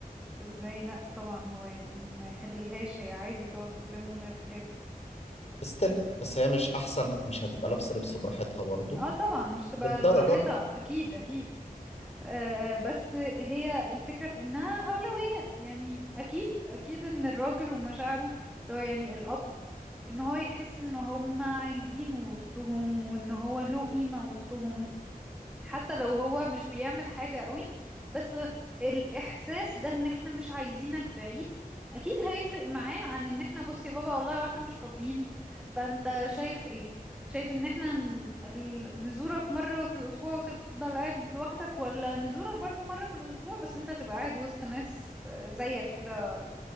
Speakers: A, in the centre; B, on the left (about 45°).
A: ازاي لا طبعا هو ي- ما يحللهاش هي عادي تقعد قدامه من غير حجاب
B: استل بس هي مش أحسن مش هتبقى لابسة لبس براحتها برضه
A: اه طبعا مش تبقى
B: للدرجة
A: براحتها اكيد اكيد آه بس هي الفكره في انها اولويات يعني اكيد اكيد ان الراجل ومشاعره اللي هو يعني الاب ان هو يحس ان هم عايزينه وسطهم وان هو له قيمه وسطهم حتى لو هو مش بيعمل حاجة قوي بس الإحساس ده إن إحنا مش عايزينك بعيد أكيد هيفرق معاه عن إن إحنا بص يا بابا والله وإحنا مش فاضيين فأنت شايف إيه؟ شايف إن إحنا ن- ال- نزورك مرة في الأسبوع وتفضل قاعد لوحدك ولا نزورك برضو مرة في الأسبوع بس أنت تبقى قاعد وسط ناس زيك كده